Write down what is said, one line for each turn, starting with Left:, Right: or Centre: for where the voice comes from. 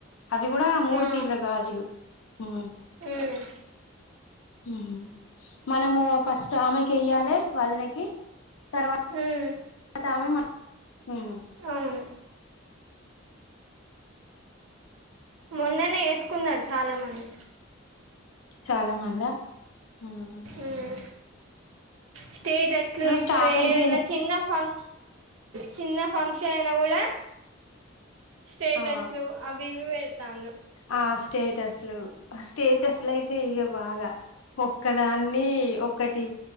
Left: అవి గుడా మూడు
Right: ఆ
Left: తీర్ల గా, గాజులు ఉమ్.
Right: ఉమ్
Left: ఉహుమ్ ఉ మనము ఫస్ట్ ఆమెకేయ్యాలే వదినేకి, తర్వాత్
Right: ఉమ్
Left: తర్వాత ఆమె మా. <unintelligible> ఉమ్ ఉమ్.
Right: అవును మొన్ననే ఏసుకున్నార్ చాలామంది.
Left: చాలామందా, ఉహుమ్.
Right: ఉమ్ స్టేటస్లు, ఇప్పుడు
Left: స్టాక్
Right: ఏదన్నా
Left: అయిపోయినాయి
Right: చిన్న ఫం చిన్న ఫంక్షన్ అయినా గుడా, స్టేటస్లు
Left: ఆ
Right: అవి, ఇవి పేడ్తన్రు.
Left: ఆ స్టేటస్లు. ఆహ్ స్టేటస్లు అయితే ఇగా బాగా. ఒక్కదాన్ని, ఒకటి.